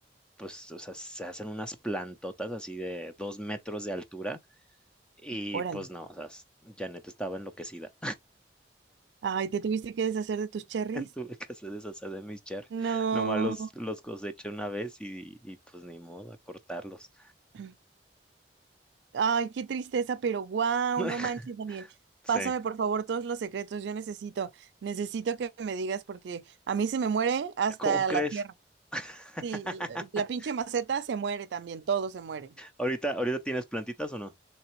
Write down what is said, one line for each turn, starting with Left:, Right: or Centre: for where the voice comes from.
Centre: pues, o sea, se hacen unas plantotas así de dos metros de altura y
Right: órale.
Centre: pues no, o sea, Janet estaba enloquecida.
Right: Ay, ¿te tuviste que deshacer de tus
Centre: <laughs>
Right: cherries?
Centre: Tuve que hacer deshacer de mis cherries.
Right: No.
Centre: Nomás los, los coseché una vez y, y pues ni modo a cortarlos.
Right: <clears throat> Ay, qué tristeza, pero wow,
Centre: <laughs>
Right: no <laughs> manches, Daniel.
Centre: Sí.
Right: Pásame por favor todos los secretos, yo necesito, necesito que me digas porque a mí se me muere hasta
Centre: ¿Cómo crees?
Right: la tierra.
Centre: <laughs>
Right: Sí, el- el- la pinche maceta se muere también, todo se muere.
Centre: Ahorita, ahorita tienes plantitas o no?